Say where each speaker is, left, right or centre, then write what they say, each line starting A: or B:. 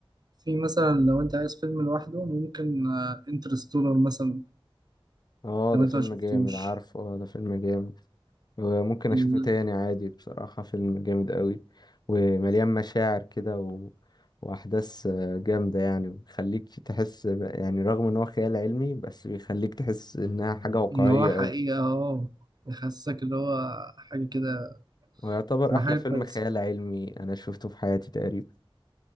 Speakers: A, on the right (about 45°); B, on the left (about 45°).
A: في مثلا لو أنت عايز فيلم لوحده ممكن انترستولر مثلا
B: اه
A: لو
B: ده
A: أنت
B: فيلم
A: ما شفتوش
B: جامد عارفه اه ده فيلم جامد وممكن
A: ال-
B: اشوفه تاني عادي بصراحة فيلم جامد قوي ومليان مشاعر كده و... واحداث آه، جامدة يعني بيخليك تحس ب- يعني رغم ان هو خيال علمي بس بيخليك تحس انها حاجة واقعية
A: إن هو حقيقة
B: قوي
A: اه بيحسسك اللي هو حاجة كده
B: ويعتبر
A: تبقى
B: احلى
A: حاجة
B: فيلم
A: كويسة
B: خيال علمي انا شفته في حياتي تقريبا